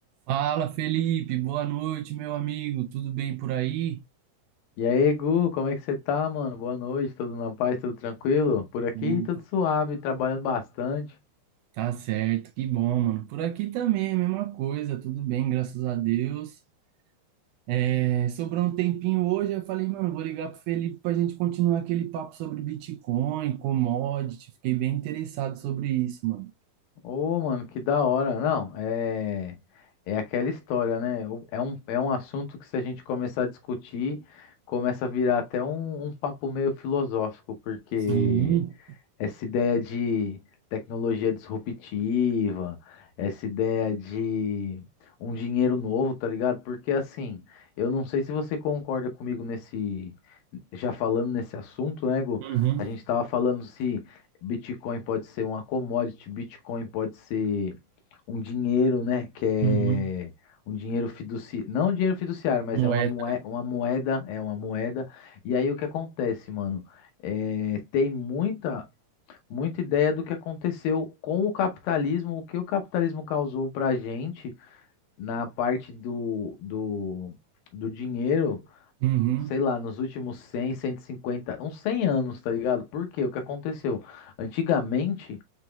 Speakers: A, on the right (about 80°); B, on the left (about 90°).
A: Fala, Felipe, boa noite, meu amigo. Tudo bem por aí?
B: E aí, Gu, como é que você tá, mano? Boa noite, tudo na paz, tudo tranquilo? Por aqui,
A: Opa,
B: tudo suave, trabalhando bastante.
A: tá certo, que bom, mano. Por aqui também, é a mesma coisa, tudo bem, graças a Deus. É, sobrou um tempinho hoje, eu falei, mano, vou ligar pro Felipe pra gente continuar aquele papo sobre Bitcoin, commodity. Fiquei bem interessado sobre isso, mano.
B: Ô, mano, que da hora. Não, é, é aquela história, né? O- É um, é um assunto que se a gente começar a discutir, começa a virar até um, um papo meio filosófico, porque
A: Sim.
B: essa ideia de tecnologia disruptiva, essa ideia de um dinheiro novo, tá ligado? Porque assim, eu não sei se você concorda comigo nesse, já falando nesse assunto, né, Gu?
A: Uhum.
B: A gente tava falando se Bitcoin pode ser uma commodity, Bitcoin pode ser um dinheiro, né, que é
A: Uhum.
B: um dinheiro fiduciário, não um dinheiro fiduciário, mas
A: Moeda.
B: é uma moeda, uma moeda, é uma moeda. E aí o que acontece, mano? É, tem muita muita ideia do que aconteceu com o capitalismo, o que o capitalismo causou para a gente na parte do, do, do dinheiro,
A: Uhum.
B: sei lá, nos últimos cem, cento e cinquenta, uns 100 anos, tá ligado? Por quê? O que aconteceu? Antigamente,